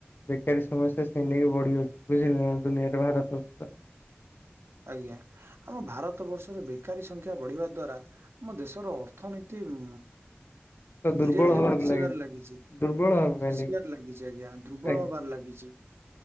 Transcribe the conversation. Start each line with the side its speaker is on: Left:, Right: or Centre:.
Left: ବେକାରୀ ସମସ୍ୟା ସି ନେଇକି ବଢି ଅଛି ବୁଝିଲ ନା ଦୁନିଆରେ ଭାରତର୍ଷରେ
Right: ଆଜ୍ଞା ଆମ ଭାରତ ବର୍ଷରେ ବେକାରୀ ସଂଖ୍ୟା ବଢିବା ଦ୍ଵାରା ଆମ ଦେଶର ଅର୍ଥନୀତି ଉ
Left: ତ ଦୁର୍ବଳ
Right: ଧୀରେ ଧୀରେ
Left: ହବାକୁ
Right: ଖସିବାର ଲାଗିଛି
Left: ଦୁର୍ବଳ ହବା ପାଇଁ
Right: ଖସିବାର ଲାଗିଛି ଆଜ୍ଞା ଦୁର୍ବଳ
Left: ଆଜ୍ଞା
Right: ହବାର ଲାଗିଛି